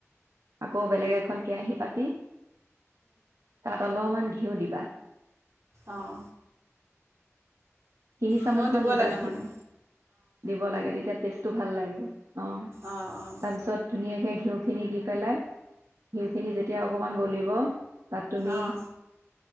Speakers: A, on the right (about 75°); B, on the right (about 60°).
A: আকৌ বেলেগ এখন কেৰাহী পাতি তাত অলমান ঘিউ দিবা
B: অঁ
A: তিনি চামুচ
B: ঘিউ
A: মান
B: দিব
A: দিবা
B: লাগে
A: ঘিউ
B: মানে
A: দিব লাগে তেতিয়া টেষ্ট টো ভাল লাগে অ
B: অঁ অঁ
A: তাৰ পিছত ধুনীয় ধুনীয়াকে ঘিউ খিনি দি পেলাই, ঘিউখিনি যেতিয়া অকমান গলিব তাত তুমি
B: অঁ